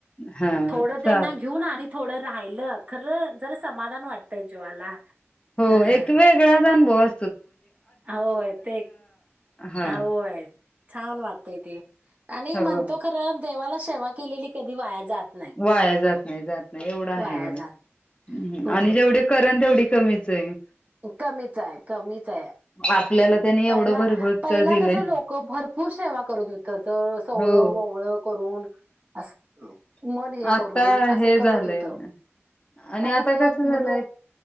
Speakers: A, on the left; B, on the right.
A: हां
B: थोडं त्यांना
A: चाल
B: घेऊन आणि थोडं राहिलं खरं जर समाधान वाटतय जीवाला,
A: हो
B: अहं.
A: एक वेगळाच अनुभव असो,
B: होय ते
A: हां
B: होय छान वाटतय ते आणि म्हणतो
A: हो
B: खरं देवाला सेवा केलेली कधी वाया जात नाही.
A: वाया जात नाही जात नाही एवढं आहे
B: वाया
A: बघा
B: जात होय
A: आणि जेवढे करण तेवढी कमीच आय,
B: कमीच आहे <unintelligible> कमीच आहे <unintelligible>
A: आपल्याला त्यानी एवढं
B: पहिला
A: भरगोसच
B: पहिला
A: दिलंय
B: कस लोक भरपूर सेवा करत होत ज सळ
A: हो
B: <unintelligible> पवळ करून, अस मन हे
A: आता
B: करून असं
A: हे
B: करत
A: झालंय
B: होत
A: आणि आता
B: कसं
A: कस झालंय
B: लोक